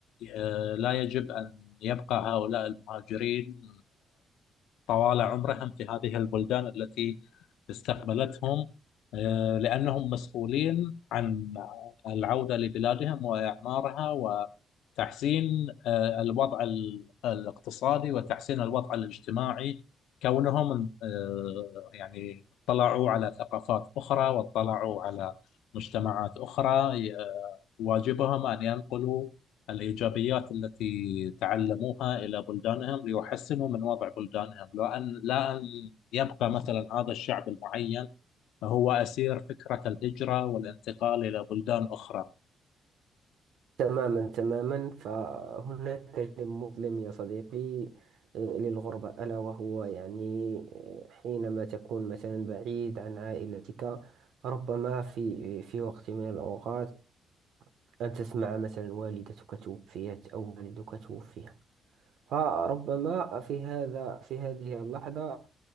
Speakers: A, on the left; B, on the right.
A: آه، لا يجب أن يبقى هؤلاء المهاجرين طوال عمرهم في هذه البلدان التي استقبلتهم آه، لأنهم مسؤولين عن العودة لبلادهم وإعمارها وتحسين آه، الوضع ال- الاقتصادي وتحسين الوضع الاجتماعي كونهم آه، يعني اطلعوا على ثقافات أخرى واطلعوا على مجتمعات أخرى آه، واجبهم أن ينقلوا الإيجابيات التي تعلموها إلى بلدانهم ليحسنوا من وضع بلدانهم لو أن لا أن يبقى مثلا هذا الشعب المعين هو أسير فكرة الهجرة والانتقال إلى بلدان أخرى
B: تماما تماما فهناك جانب مظلم يا صديقي آه، للغربة ألا وهو يعني آه، حينما تكون مثلا بعيد عن عائلتك ربما في في وقت من الأوقات أن تسمع مثلا والدتك توفيت أو والدك توفي فربما في هذا في هذه اللحظة